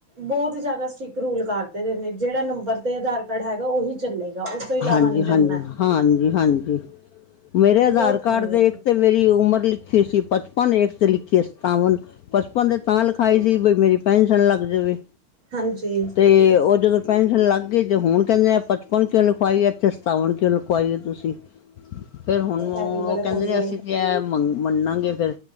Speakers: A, on the right (about 40°); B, on the left (about 85°).
A: ਬਹੁਤ ਜਿਆਦਾ ਸਟ੍ਰਿਕਟ ਰੂਲ ਕਰ ਤੇ ਨੇ, ਜਿਹੜਾ ਨੰਬਰ ਤੇ ਆਧਾਰ ਪੜ ਹੈਗਾ ਉਹੀ ਚੱਲੇਗਾ ਉਸ ਤੋਂ ਇਲਾਵਾ
B: ਹਾਂਜੀ
A: ਨੀ ਚੱਲਣਾ
B: ਹਾਂਜੀ
A: ਐ।
B: ਹਾਂਜੀ ਹਾਂਜੀ ਮੇਰੇ
A: ਉਹ
B: ਆਧਾਰ
A: ਬਹੁਤ
B: ਕਾਰਡ
A: ਪੰਗਾ
B: ਦੇ
A: ਐ,
B: ਇੱਕ ਤੇ ਮੇਰੀ ਉਮਰ ਲਿਖੀ ਸੀ ਪਚਪਨ ਇੱਕ ਤੇ ਲਿਖੀ ਸਤਾਵਨ ਪਚਪਨ ਦੇ ਤਾਂ ਲਿ ਹਾਏ ਜੀ ਬਈ ਮੇਰੀ ਪੈਨਸ਼ਨ ਲੱਗ ਜਾਵੇ
A: ਹਾਂਜੀ,
B: ਤੇ ਉਹ ਜਦੋਂ ਪੈਨਸ਼ਨ ਲੱਗ ਗਈ ਤੇ ਹੁਣ ਕਹਿੰਦੇ ਆ ਪਚਪਨ ਕਿਉਂ ਲਿਖਵਾਈਏ ਤੇ ਸਤਾਵਨ ਕਿਉਂ ਲਿਖਵਾਈ ਤੁਸੀਂ ਫੇਰ ਹੁਣ ਉਹ
A: ਐ ਵੀ ਬੜੇ
B: ਕਹਿੰਦੇ
A: ਪੰਗੇ
B: ਨੇ, ਅਸੀਂ ਤੇ ਐ ਮੰ ਮੰਨਾਗੇ ਫਿਰ,